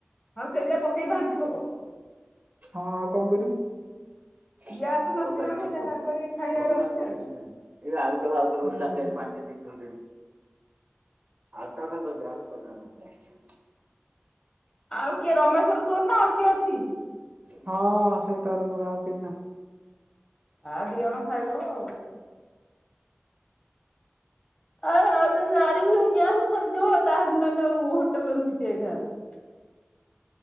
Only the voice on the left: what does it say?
ହଁ ସେଇଟା ପକେଇ ଭାଜିବ କ।
ଗ୍ୟାସ ନଥିବାକୁ
ଯାହା
କରିକି ଖାଇବାର
ଅଛି ଆଉ।
ଆଉ କିଏ ରମେଶର ତୋର ନା ଆଉ କିଏ ଅଛି?
ଆ ଦିଜଣ ଖାଇଦବ ଆଉ। ଆ ଆେ ଗାଡ଼ି ନହେଲେ ଗ୍ୟାସ ସରିଯିବ, ଯାହାର ନ ନେଲେ ହୋଟେଲରୁ ଘିତି ଆଇଥାନ୍ତ। <inaudible>